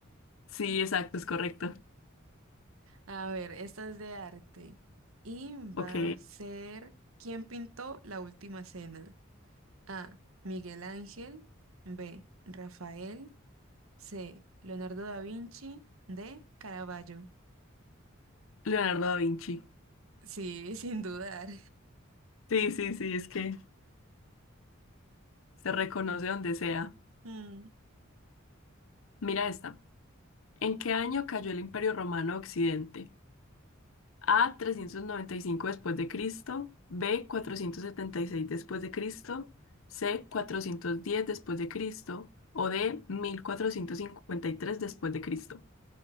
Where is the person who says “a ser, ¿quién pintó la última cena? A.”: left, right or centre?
Right